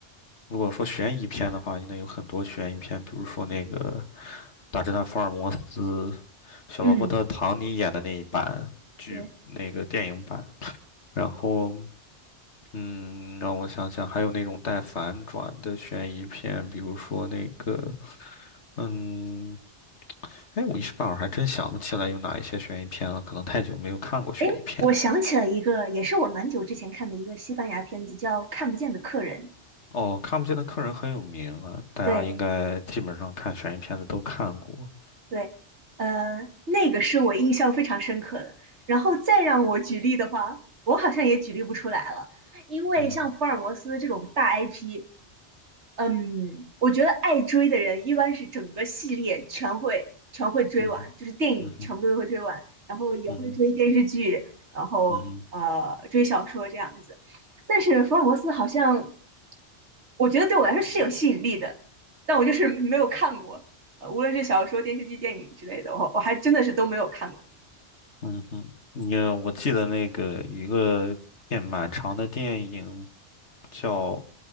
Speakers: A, on the left; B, on the right.
A: 如果说悬疑片的话，应该有很多悬疑片，比如说那个《大侦探福尔摩斯》，小罗伯特·
B: 嗯，
A: 唐尼演的那一版剧，
B: 对。
A: 那个电影版。然后嗯，让我想想，还有那种带反转的悬疑片，比如说那个，嗯，哎，我一时半会儿还真想不起来有哪一些悬疑片了，可能太久没有看过悬疑片了
B: 哎，我想起了一个，也是我蛮久之前看的一个西班牙片子，叫《看不见的客人》。
A: 哦，看不见的客人很有名啊，大家应该基本上看悬疑片的都看过。
B: 对对，呃，那个是我印象非常深刻的。然后再让我举例的话，我好像也举例不出来了，因为像福尔摩斯这种大
A: 嗯哼，
B: IP，嗯，我觉得爱追的人一般是整个系列全会全会追完，
A: 嗯哼，
B: 就是电影全部都会追完，
A: 嗯哼，
B: 然后也会追电视剧，
A: 嗯哼，
B: 然后呃追小说这样子。
A: 嗯哼，
B: 但是福尔摩斯好像，我觉得对我来说是有吸引力的，但我就是没有看过，呃，无论是小说、电视剧、电影之类的，我我还真的是都没有看过。
A: 嗯哼。你，我记得那个有一个电蛮长的电影叫